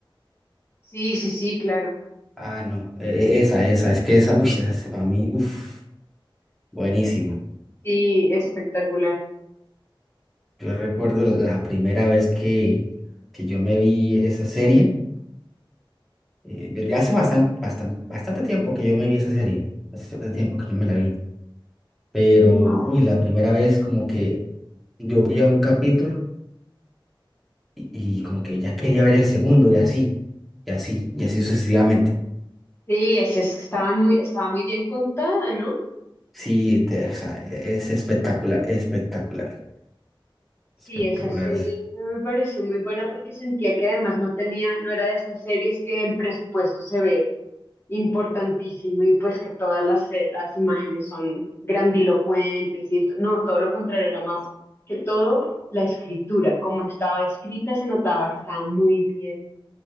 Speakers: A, on the left (about 30°); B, in the centre.
A: Sí, sí, sí, claro.
B: Ah, no, e- e- esa, esa, es que esa, uy, esa es para mí, uff, buenísima.
A: Sí, espectacular.
B: Yo recuerdo la primera vez que, que yo me vi esa serie, eh, ya hace bastante, bastante, bastante tiempo que yo me vi esa serie, hace bastante tiempo que yo me la vi, pero,
A: Ujú.
B: uy, la primera vez como que yo veía un capítulo y, y como que ya quería ver el segundo y así, y así, y así sucesivamente.
A: Sí, es, es que estaban muy, estaba muy bien contada, ¿no?
B: Sí, te- o sea, e- es espectacular, espectacular, espectacular.
A: Sí, esa serie
B: es-
A: a mí me pareció muy buena porque sentía que además no tenía, no era de estas series que el presupuesto se ve importantísimo y pues que todas las, se- las imágenes son grandilocuentes y esto. No, todo lo contrario, era más que todo la escritura, como estaba escrita se notaba que estaba muy bien,